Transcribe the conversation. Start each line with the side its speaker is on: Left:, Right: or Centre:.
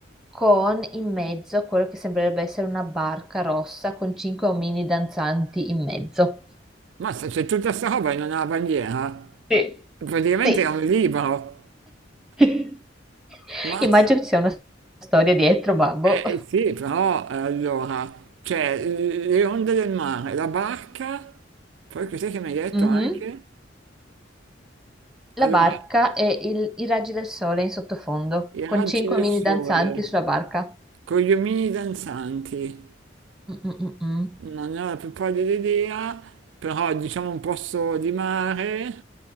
Centre: con in mezzo quello che sembrerebbe essere una barca rossa con cinque omini danzanti in mezzo.
Right: Mazza, c'è tutta questa roba in una bandiera.
Centre: Sì.
Right: Praticamente
Centre: Sì.
Right: è un libro.
Centre: <laughs>
Right: Mazza.
Centre: Immagino che ci sia una storia dietro, babbo.
Right: Eh, eh, sì, però eh, allora c'è eh, le onde del mare, la barca, poi cos'è che mi hai detto
Centre: Mhm.
Right: anche?
Centre: La
Right: Allora,
Centre: barca e il- i raggi del sole in sottofondo,
Right: i raggi
Centre: con cinque
Right: del
Centre: mini
Right: sole.
Centre: danzanti sulla barca.
Right: Con gli omini danzanti,
Centre: Mm, mm, mm, mm.
Right: non ne ho la più pallida idea, però diciamo un posto di mare,